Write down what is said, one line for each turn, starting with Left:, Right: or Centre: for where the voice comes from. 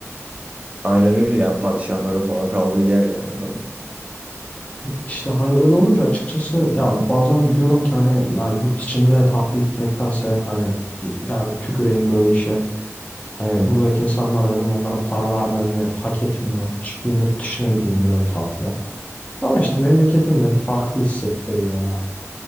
Right: aynen öyle yani padişahların falan kaldığı yer yani adamın.
Left: İşte hani öyle olunca açıkçası ya bazen diyorum ki hani ya yurt içinde tatile gitmektense hani yani tüküreyim böyle işe. Hani buradaki insanlar benim onlara para vermemi hak etmiyor. Çıkayım yurt dışına gideyim diyorum tatile. Ama işte memleketimle bir farklı hissettiriyor ya.